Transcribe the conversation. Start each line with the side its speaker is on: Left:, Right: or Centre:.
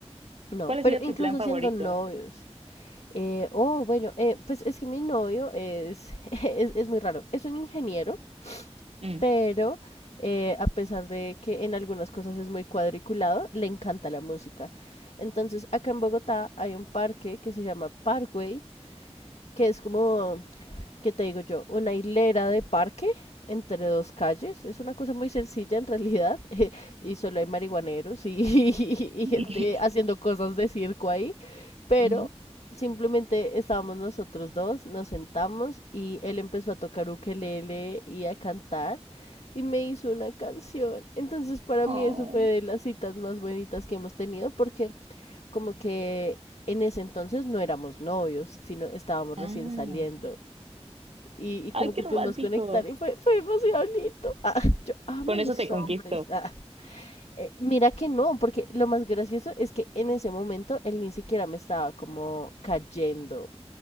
Left: no,
Right: ¿Cuál ha
Left: pero
Right: sido
Left: incluso
Right: tu plan favorito?
Left: siendo novios. Eh, oh, bueno, eh, pues es que mi novio es, <laughs> es, es muy raro. Es un ingeniero.
Right: Mm.
Left: pero eh, a pesar de que en algunas cosas es muy cuadriculado, le encanta la música. Entonces, acá en Bogotá hay un parque que se llama Parkway, que es como ¿qué te digo yo? Una hilera de parque entre dos calles. Es una cosa muy sencilla en realidad. <laughs> y solo hay marihuaneros y, <laughs> y
Right: <laughs>
Left: gente haciendo cosas de circo ahí. Pero
Right: Ujú.
Left: simplemente estábamos nosotros dos, nos sentamos y él empezó a tocar ukelele y a cantar. Y me hizo una canción. Entonces para
Right: Oh.
Left: mí eso fue de las citas más bonitas que hemos tenido porque como que en ese entonces no éramos novios, sino estábamos
Right: Ah.
Left: recién saliendo y, y como
Right: Ay, qué
Left: que
Right: romántico.
Left: pudimos conectar y fue, fue demasiado lindo. Ah, <laughs> yo amo
Right: Con
Left: los
Right: eso te conquisto.
Left: hombres. Ah. Eh, mira que no, porque lo más gracioso es que en ese momento él ni siquiera me estaba como cayendo